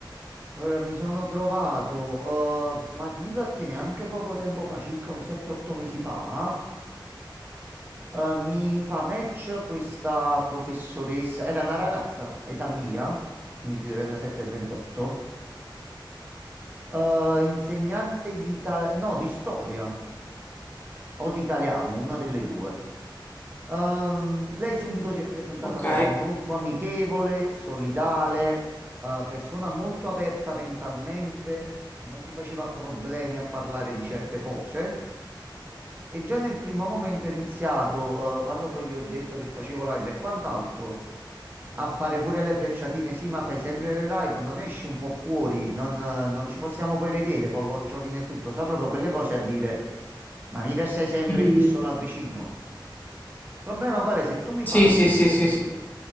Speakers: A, on the right; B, on the left.
A: Allora, mi sono trovato, eh, ma ti dico a te, neanche poco tempo fa, circa un 7-8 mesi fa. Eh, mi fa match questa professoressa, era una ragazza, età mia, quindi sui 37-38, eh, insegnante di, ita- no, di storia o di italiano, una delle due. Ehm, lei subito si è presentata
B: Ok.
A: come molto amichevole, solidale, eh, persona molto aperta mentalmente, che non si faceva problemi a parlare di certe cose. E già nel primo momento è iniziato, eh, quando poi gli ho detto che facevo live e quant'altro, a fare pure le frecciatine. Sì, ma fai sempre le live, non esci un po' fuori, non, eh, non ci possiamo poi vedere con l'occhiolino e tutto. Sa proprio quelle cose a dire, ma mica stai sempre
B: Mm.
A: fisso là vicino. Il problema qual è? Se tu mi
B: Sì,
A: parli,
B: sì, sì, sì, sì.